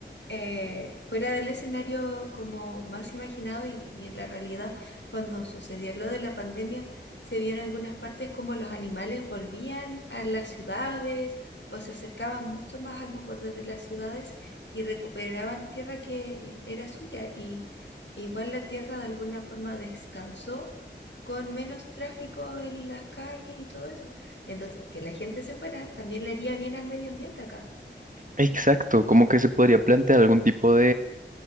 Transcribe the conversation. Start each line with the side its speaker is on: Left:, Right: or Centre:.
Left: eh, fuera del escenario como más imaginado y y en la realidad cuando sucedió lo de la pandemia, se vio en algunas partes como los animales volvían a las ciudades o se acercaban mucho más a los bordes de las ciudades y recuperaban tierra que era suya. Y igual la tierra de alguna forma descansó con menos tráfico en las calles y todo eso. Entonces, que la gente se fuera también le haría bien al medio ambiente acá.
Right: Exacto, como que se podría plantear algún tipo